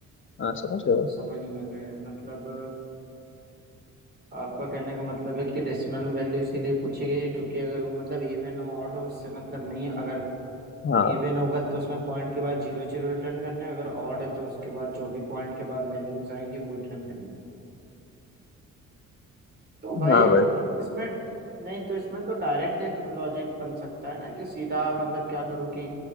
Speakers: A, on the left; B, on the right.
A: हाँ समझ रहे हो
B: समझ में गए मतलब अ, आपका कहने का मतलब है कि डेसिमल वैल्यू इसीलिए पूछी गई है क्योंकि अगर वो मतलब इवन ऑड उससे मतलब नहीं है अगर
A: हाँ
B: इवन होगा तो उसमें पॉइंट के बाद जीरो जीरो रिटर्न करने अगर ऑड है तो उसके बाद जो भी पॉइंट के बाद वैल्यूज आएंगे वो रिटर्न करनी तो भाई
A: हाँ
B: मतलब
A: भाई
B: इसमें नहीं तो इसमें तो डायरेक्ट एक लॉजिक बन सकता है ना कि सीधा मतलब क्या करो कि